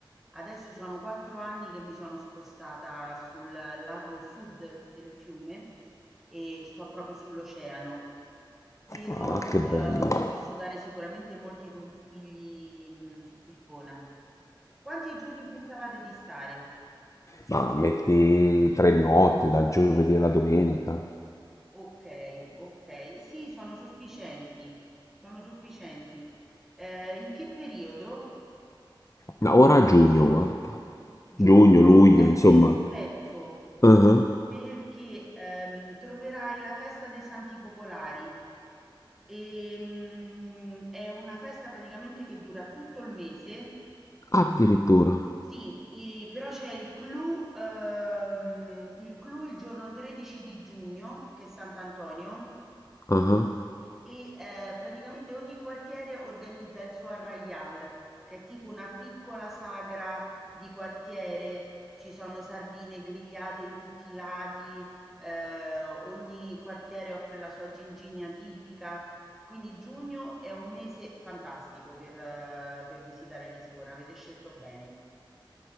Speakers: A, in the centre; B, on the left.
A: Adesso sono quattro anni che mi sono spostata sul lato sud del fiume e sto proprio sull'oceano. Però,
B: Ah, che bello.
A: eh, ti posso dare sicuramente molti consigli, mh, su Lisbona. Quanti giorni pensavate di stare?
B: Ma metti tre notti, dal giovedì alla domenica.
A: Okay, okay. Sì, sono sufficienti, sono sufficienti. Ehm, in che periodo?
B: No, ora a giugno, guarda.
A: Giugno
B: Giugno, luglio,
A: è
B: insomma.
A: perfetto
B: Ah,
A: perché, ehm, troverai la festa dei Santi Popolari. Ehm, è una festa praticamente che dura tutto il mese.
B: Addirittura.
A: Sì, i però c'è il clou, ehm, il clou il giorno 13 di giugno, che è Sant'Antonio
B: Ah.
A: e eh, praticamente ogni quartiere organizza il suo arraial, che è tipo una piccola sagra di quartiere, ci sono sardine grigliate in tutti i lati, eh, ogni quartiere offre la sua gingigna tipica, quindi giugno è un mese fantastico per, eh, per visitare Lisbona, avete scelto bene.